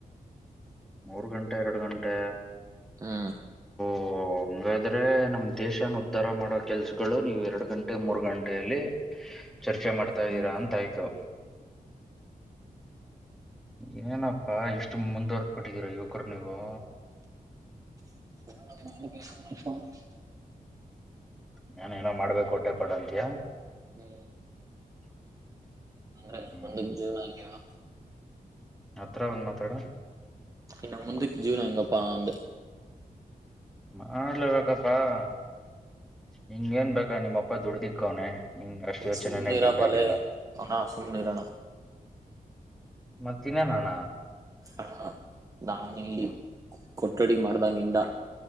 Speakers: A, in the centre; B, on the right.
A: ಮೂರ್ ಗಂಟೆ ಎರಡ್ ಗಂಟೆ
B: ಹಾ
A: ಹ <inaudible> ಹಂಗಾದ್ರೆ ನಮ್ ದೇಶನ ಉದ್ಧಾರ ಮಾಡೋ ಕೆಲ್ಸಗಳ್ ನೀವು ಎರಡ್ ಗಂಟೆ ಮೂರ್ ಗಂಟೆಯಲ್ಲಿ ಚರ್ಚೆ ಮಾಡ್ತಾ ಇದ್ದೀರಾ
B: ಹ್ಮ್
A: ಅಂತ ಆಯ್ತು ಏನೇನಪ್ಪ ಇಷ್ಟು ಮುಂದುವರ್ದ್ ಬಿಟ್ಟಿದೀರ ಯುವಕರನಿಗೂ
B: ಇ <inaudible>
A: ನಾನ ಏನೋ ಮಾಡ್ಬೇಕು ಹೊಟ್ಟೆ ಪಾಡ್ ಅಂತಿಯ
B: ಹ್ಮ್
A: <inaudible>
B: ಅಂದ್ರೆ
A: ಹ್ಮ್
B: ಒಂದ ಜೀವನ <unintelligible> ಹಗೆವನ
A: ಹತ್ರ ಬಂದ್ ಮಾತಾಡು
B: ಇನ್ನು ಮುಂದಕ್ಕೆ ಜೀವ್ನ ಹೆಂಗಪ್ಪ ಅಂದೆ
A: ಮಾಡಲಬೇಕಪ್ಪಾ <unintelligible> ನಿಂಗ ಏನ್ ಬಾ ನಿಮ್ಮಪ್ಪ ಅಪ್ಪ ದುಡ್ದಿಕ್ಕೋನೆ ಹಿಂಗ್ ಅಷ್ಟು ಯೋಚನೆನೇ
B: ಸುಮ್ನಿರಪ್ಪ
A: ಬೇಕಾಗಿಲ್ಲ
B: ಲೇ ಅಣ ಸುಮ್ನಿರೋಣ
A: ಮತ್ತ ಇನ್ನನಣ್ಣ
B: ಹಣ <unintelligible> ನಾವಿಲ್ಲಿ ಕೊಠಡಿ ಮಾಡ್ದಾಗಿಂದ